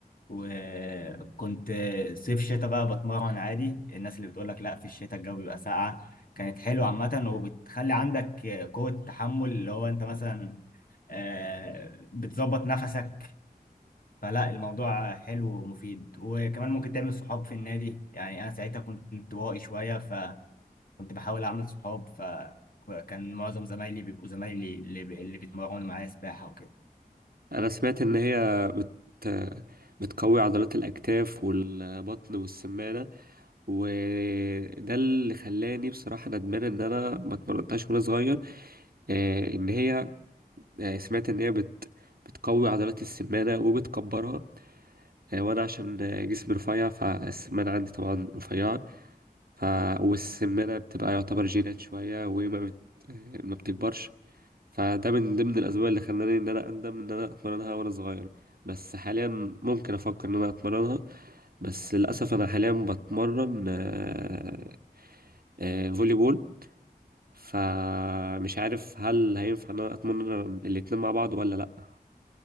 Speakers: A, on the left; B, on the right.
A: وكنت آه، صيف شتاء بقى بتمرن عادي الناس اللي بتقولك لا في الشتاء الجو بيبقى ساقع كانت حلوة عامة وبتخلي عندك آه، قوة تحمل اللي هو انت مثلا آه، بتظبط نفسك فلا الموضوع حلو ومفيد وكمان ممكن تعمل صحاب في النادي يعني انا ساعتها كنت انطوائي شوية كنت بحاول اعمل صحاب فكان معظم زمايلي بيبقوا زمايلي اللي, بي- اللي بيتمرنوا معايا سباحة وكده
B: انا سمعت ان هي بت... بتقوي عضلات الاكتاف والبطن والسمانه وده اللي خلاني بصراحه ندمان ان انا ما اتمرنتهاش وانا صغير آه، ان هي آه، سمعت ان هي بت... بتقوي عضلات السمانه وبتكبرها آه، وانا عشان آه، جسمي رفيع فالسمانه عندي طبعا رفيعه ف... والسمانه بتبقى يعتبر جينات شويه وما بت... آه، ما بتكبرش فده من ضمن الاسباب اللي خلاني ان انا اندم ان انا اتمرنها وانا صغير بس حاليا ممكن افكر ان انا اتمرنها بس للاسف انا حاليا بتمرن آه، آه، فولي بول فمش عارف هل هينفع ان انا اتمرن الاتنين مع بعض ولا لا